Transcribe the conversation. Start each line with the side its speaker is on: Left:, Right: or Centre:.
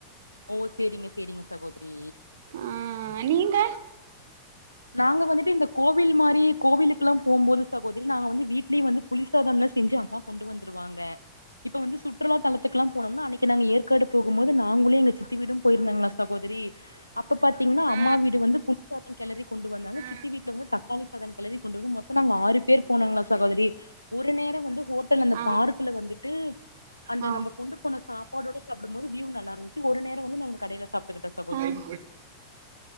Left: ஓ சேரிங்க சேரிங்க சகோதரி
Right: ஆன் நீங்க
Left: நாங்க வந்துட்டு இந்த கோவில் மாரி கோவிலுக்குலா போம்போது சகோதரி நாங்க வந்து வீட்லயே வந்து புளிசாதம்லா செஞ்சு அம்மா கொண்டு வந்துருவாங்க இப்போ வந்து சுற்றுலா தலத்துக்கெல்லா போனம்னா அன்னைக்கு நாங்க ஏற்காடு போகும் போது நாங்களு எங்க சித்தி விடும் போயிருந்தங்களா சகோதரி அப்ப பாத்தீங்னா
Right: ஆ
Left: அம்மா வீடு வந்து புளிசாதம் கெளறி கொண்டு வந்தாங்க
Right: ஆ
Left: சித்தி வீட்ல வந்து தக்காளி சாதம் கெளறி கொண்டு வந்து மொத்தோ நாங்க ஆறு பேர் போனோங்களா சகோதரி ஒரு நேரோ வந்து ஹோட்டல் அந்த
Right: ஆ
Left: பார்க்குல வந்துட்டு அந்த
Right: ஆ
Left: நம்ம கொண்டு போன சாப்பாடோட சாப்டும்போது வ்யூ நல்லா இருந்துச்சு ஒரு நேரம் வந்து நாங்க கடைல சாப்டுகிட்டோம்
Right: ஆன்